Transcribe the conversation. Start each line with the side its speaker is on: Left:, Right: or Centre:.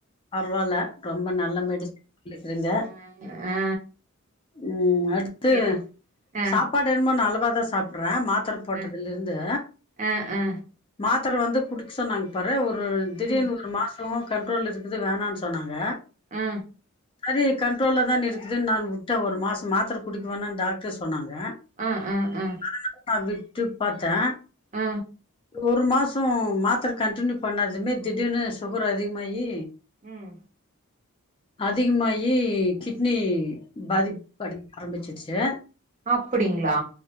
Left: பரவால ரொம்ப நல்ல மெடிசன் சொல்லிக்கிறீங்க
Right: ஆ ஆ
Left: ம் அ அடுத்து
Right: என ஆ
Left: சாப்பாடு என்னமோ நல்லதா சாப்பிடற மாத் த்திர போட்டதுலிருந்து
Right: ஆ ஆ ஆ
Left: மாத் ஒத்தர் வந்து குடுக்க சொன்னாங் பாரே ஒரு ஒர் திடீனு
Right: ம்
Left: ஒரு மாச ஓ கண்ட்ரோல் இருக் இது வேணனு சொன்னாங்க
Right: ஆ
Left: சேரி கண்ட்ரோல்லா தான் இருக்குதுன்னு நா விட்டேன் ஒரு மாச மாத்திர குடிக்கவேணனு டாக்டர் சொன்னாங்க
Right: அ ஆ ஆ
Left: அதனால நா விட்டு பாத்தே
Right: ஆ
Left: ஒரு மாசோ மாத்திர கன்டினியூ பண்ணதுமே திடீர்னு சுகர் அதிகமாயி
Right: உம்
Left: அதிகமாயி கிட்னி பாதிப் படி ஆரம்பிச்சிசு
Right: அப்படிங்களா